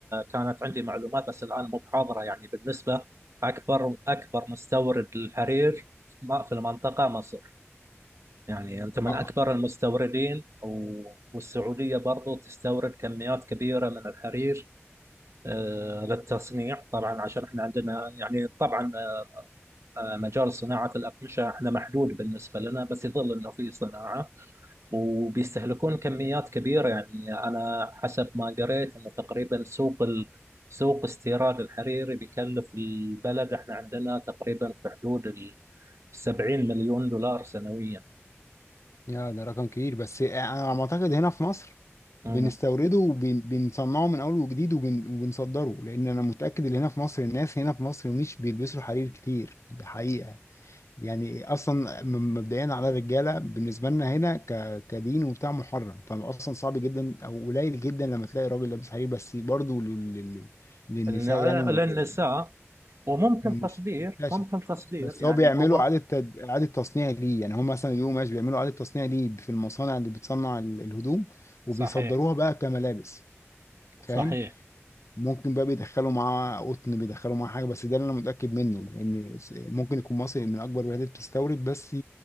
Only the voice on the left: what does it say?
آه،
يا ده رقم كبير بس أنا على ما أعتقد هنا في مصر
بنستورده وبنصنعه من أول وجديد وبن- وبنصدره لأن أنا متأكد إن هنا في مصر الناس هنا في مصر مش بيلبسوا حرير كتير ده حقيقة يعني اصلا م- مبدئيا على الرجاله بالنسبه لنا هنا ك... كدين وبتاع محرم فاصلا صعب جدا او قليل جدا لما تلاقي راجل لابس حرير بس برضه لل... لل... للنساء
يعني الموضوع
مش
منتشر
بس
هو بيعملوا
اعاده تد... اعاده تصنيع ليه يعني هم مثلا يجيبوا ماشي بيعملوا اعاده تصنيع ليه في المصانع اللي بتصنع ال- الهدوم وبيصدروها
بقى كملابس فاهم
ممكن بقى بيدخلوا معاه قطن بيدخلوا معاه حاجه بس ده اللي انا متاكد منه لان س- ممكن يكون مصر من اكبر البلاد اللي بتستورد بس